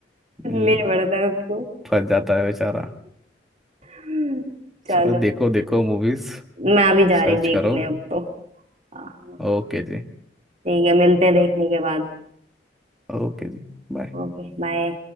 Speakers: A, in the centre; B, on the right.
A: हम्म,
B: ले पड़ता है उसको
A: फंस जाता है बेचारा
B: <laughs> चलो
A: चलो देखो देखो मूवीज
B: मैं अभी जा
A: सर्च
B: रही देखने
A: करो
B: अब तो हाँ,
A: ओके जी
B: ठीक है मिलते हैं देखने के बाद
A: ओके जी बाय
B: Okay bye